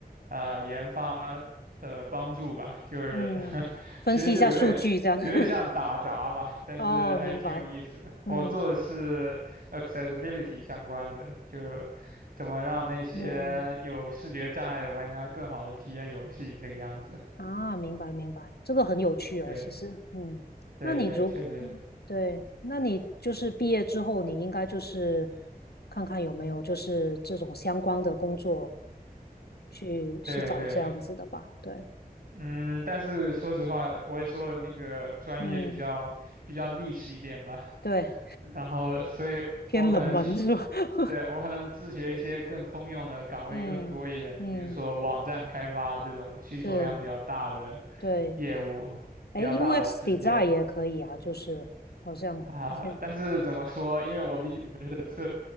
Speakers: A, on the right; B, on the left.
A: 呃研发的帮助吧，就是
B: 嗯，
A: <laughs>
B: 分析一下数据这样。
A: 其实就有点有点像打杂吧，
B: <laughs>
A: 但是还是挺有意思的。
B: 哦，明白。嗯
A: 我做的是 accessibility 相关的，就怎么让那些有视觉障碍的玩家更好的体验游戏这个样子。
B: 嗯啊，明白明白，这个很有趣啊，
A: 对
B: 其实，嗯，
A: 对对，
B: 那你如，
A: 确实，
B: 嗯对，那你就是毕业之后，你应该就是看看有没有就是这种相关的工作去是找这样子的吧，
A: 对对。
B: 对，
A: 嗯，但是说实话，我也说了那个专业比较比较
B: 嗯，
A: niche 一点吧，
B: 对，
A: 然后所以我可能是
B: 偏冷门是吧？<laughs>
A: 对，我可能自学一些更通用的岗位更多一点的，
B: 嗯嗯，
A: 比如说网站开发这种需求量比较大的
B: 是，对，
A: 业务，比较大的职业
B: 哎，UX design 也可以啊，就是好像现，
A: 啊。但是怎么说，因为我毕竟不是社畜